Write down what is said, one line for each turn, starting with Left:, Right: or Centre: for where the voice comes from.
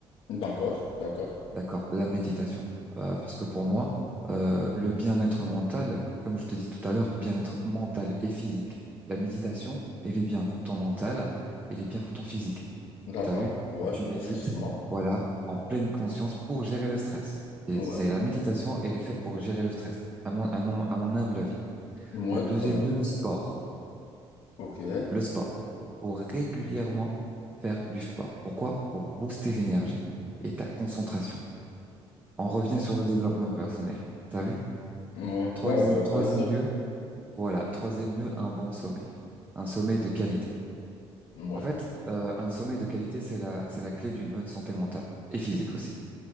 Left: D'accord, d'accord,
Right: D'accord. La méditation. Euh, parce que pour moi, euh, le bien-être mental, comme je te dis tout à l'heure, bien-être mental et physique. La méditation, elle est bien pour ton mental, elle est bien pour ton physique.
Left: d'accord.
Right: T'as vu?
Left: Ouais,
Right: Tu médites,
Left: effectivement.
Right: voilà, en pleine conscience pour gérer le stress. Et
Left: Ouais.
Right: c'est la méditation, elle est faite pour gérer le stress, à mon, à mon, à mon humble avis.
Left: Ouais,
Right: En
Left: totalement.
Right: deuxième lieu, le sport.
Left: Ok. Ouais.
Right: Le sport. Pour régulièrement faire du sport. Pourquoi? Pour booster l'énergie et ta concentration. On revient sur le développement personnel. T'as vu?
Left: Ouais.
Right: Troisième,
Left: Ouais, bah,
Right: troisième
Left: bien sûr.
Right: lieu, voilà, troisième lieu, un bon sommeil. Un sommeil de qualité.
Left: Ouais.
Right: En fait, euh, un sommeil de qualité, c'est la, c'est la clé d'une bonne santé mentale et physique aussi.